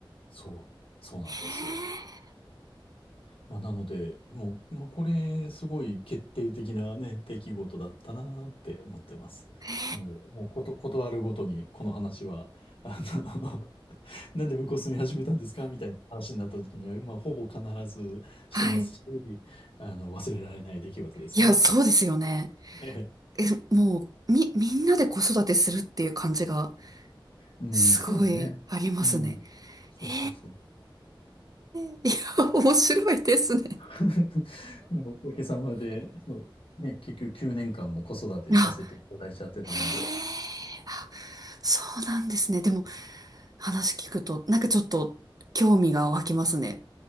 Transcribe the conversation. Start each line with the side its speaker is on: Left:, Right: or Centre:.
Left: そう、そうなんですよ。
Right: へ
Left: まあ、なので、もう、まあ、これ、すごい決定的なね、出来事だったなって思ってます。
Right: え、へえ
Left: なので、もうこと、断るごとに、この話は、あの <laughs> なんで向こう住み始めたんですかみたいな話になった時には、まあ、ほぼ必ずしてますし、
Right: はい。
Left: あの、忘れられない出来事ですね。
Right: いや、そうですよね。
Left: <laughs> ええ
Right: え、もう、み、みんなで子育てするっていう感じが、
Left: うん、
Right: すごいありますね。
Left: そうですね。うん。そうそうそう。
Right: へえ、いや、面白いですね。
Left: <laughs> おかげさまで、そう、ね、結局9年間も子育てさせていただいちゃってたので、
Right: あ、へえ、あそうなんですね。でも、話聞くと、なんかちょっと興味が湧きますね。